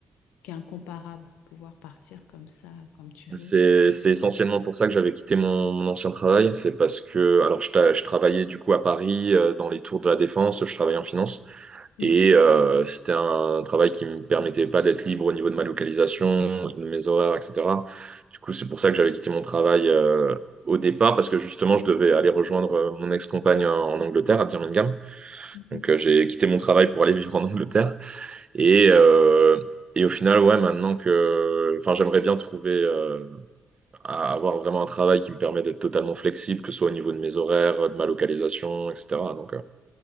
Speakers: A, on the left; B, on the right.
A: qui est incomparable, pouvoir partir comme ça, comme tu veux.
B: C'est,
A: Il faut juste...
B: c'est essentiellement pour ça que j'avais quitté mon, mon ancien travail. C'est parce que, alors, je, ta- je travaillais du coup à Paris, euh, dans les tours de la Défense. Je travaillais en finance.
A: Mhm,
B: Et euh, c'était un travail qui me permettait pas d'être libre au niveau de ma localisation, de mes horaires, etc. Du coup, c'est pour ça que j'avais quitté mon travail euh, au départ, parce que justement, je devais aller rejoindre euh, mon ex-compagne en, en Angleterre, à Birmingham.
A: mhm,
B: Donc, euh, j'ai quitté mon travail pour aller <laughs> vivre en Angleterre. Et, euh, et au final, ouais, maintenant que... Enfin, j'aimerais bien trouver, euh, à- avoir vraiment un travail qui me permet d'être totalement flexible, que ce soit au niveau de mes horaires, de ma localisation, etc. Donc,